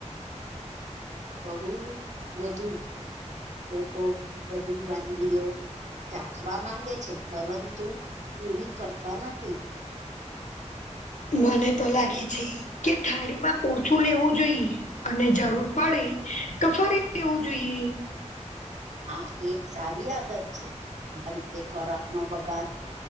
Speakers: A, on the right; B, on the left.
A: બહુ વધુ લોકો બધી વાનગીઓ ચાખવા માંગે છે પરંતુ પૂરી કરતા નથી.
B: મને તો લાગે છે કે થાળીમાં ઓછું લેવું જોઈએ. અને જરૂર પડે તો ફરી લેવું જોઈએ.
A: આ એક સારી આદત છે, આ રીતે ખોરાકનો બગાડ